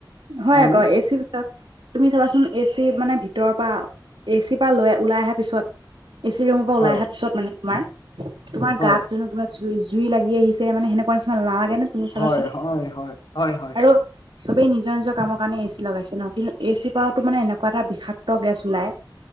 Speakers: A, on the right; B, on the left.
A: হয়
B: হয়নে
A: আকৌ। এ চি ভিতৰত তুমি চাবাচোন এ চি মানে ভিতৰৰ পৰা এ চিৰ পৰা লৈ ওলাই অহাৰ পিছত এ চি ৰৰুমৰ পৰা
B: হয়
A: ওলাই অহাৰ পিছত মানে তোমাৰ তোমাৰ
B: হয়
A: গাত জানো কিবা জুই লাগি আহিছে মানে সেনেকা তোমাৰ নিচিনা নালাগে নে তুমি চাবাচোন
B: হয় হয় হয়। হয় হয়।
A: আৰু চবেই নিজৰ নিজৰ কামৰ কাৰণে এচি লগাইছে ন' কিন্তু এ চিৰ পৰাওতো মানে এনেকুৱা এটা বিষাক্ত গেছ ওলায়